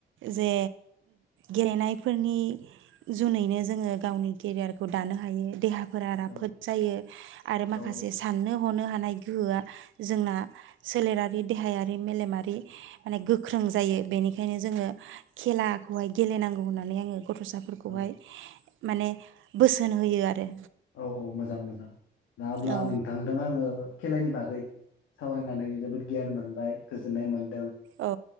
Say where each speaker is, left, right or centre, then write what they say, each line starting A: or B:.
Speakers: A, on the right (about 80°); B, on the left (about 85°).
A: जे गेलेनायफोरनि जुनैनो जोङो गावनि केरियारखौ दानो हायो देहा फोरा राफोद
B: औ
A: जायो आरो
B: औ
A: माखासे साननो हनो हा नाय गोहोआ जोंना सोलेरारि देहायारि मेलेमारि माने गोख्रों जायो बेनिखायनो जोङो खेलाखौहाय गेलेनांगौ होननानै आङो गथ'सा फोरखौहाय
B: औ
A: माने बोसोन होयो आरो।
B: औ औ मोजां मोजां। दा अब्ला
A: औ
B: नोंथांदों आङो खेलानि बागै सावरायनानै जोबोद गियान मोनबाय गोजोननाय मोन दों
A: औ